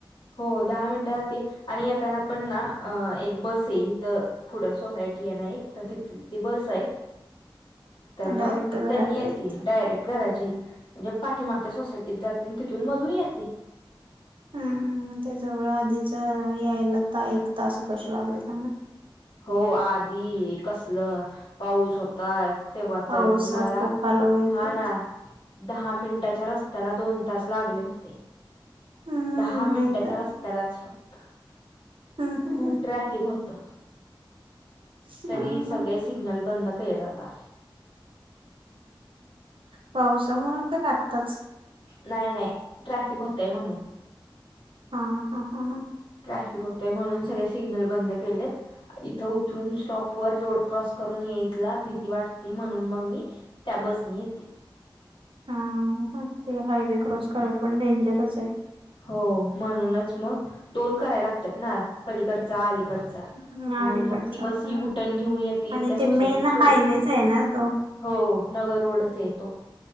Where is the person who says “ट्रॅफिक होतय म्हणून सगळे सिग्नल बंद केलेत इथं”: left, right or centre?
Left